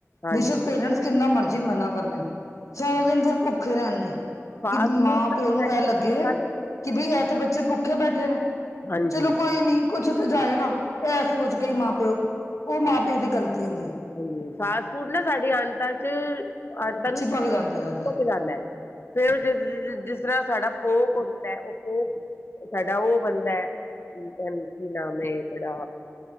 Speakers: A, on the left (about 50°); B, on the left (about 80°).
A: ਹਾਂਜੀ
B: ਬੇਸ਼ੱਕ ਪੇਰੈਂਟਸ ਕਿੰਨਾ ਮਰਜ਼ੀ ਮਨਾ ਕਰ ਲੈਣ ਸਾਰਾ ਦਿਨ ਫਿਰ ਭੁੱਖੇ ਰਹਿਣਗੇ।
A: ਫਾਸਟ
B: ਕਿ ਮਾਂ
A: ਫੂਡ
B: ਪਿਓ
A: ਨਾ
B: ਨੂੰ
A: ਸਾਡੀ
B: ਇਹ ਲੱਗੇ।
A: ਅੰਤਾਂ ਨੂੰ
B: ਕਿ ਬਈ ਇਹ ਤਾਂ ਬੱਚੇ ਭੁੱਖੇ ਬੈਠੇ ਨੇ
A: ਹਾਂਜੀ
B: ਚਲੋ ਕੋਈ ਨਹੀਂ ਕੁਛ ਤਾਂ ਜਾਏਗਾ। ਇਹ ਸੋਚ ਕੇ ਹੀ ਮਾਂ ਪਿਓ ਉਹ ਮਾਂ ਪਿਓ ਦੀ ਗ਼ਲਤੀ ਹੁੰਦੀ।
A: ਹਾਂਜੀ ਫਾਸਟ ਫੂਡ ਨਾ ਸਾਡੀੇ ਅੰਤਾਂ 'ਚ ਅੰਤਾਂ ਨੂੰ
B: ਛਿਪਕ
A: ਚੁਪਕ
B: ਜਾਂਦਾ ਜਾ ਕੇ
A: ਜਾਂਦਾ। ਫੇਰ ਜਿਸ ਜਿਸ ਤਰ੍ਹਾਂ ਸਾਡਾ ਫੋਕ ਹੁੰਦਾ ਹੈ ਉਹ ਫੋਕ ਸਾਡਾ ਉਹ ਬਣਦਾ ਹੈ ਪਤਾ ਨੀ ਕੀ ਨਾਮ ਏ ਬੜਾ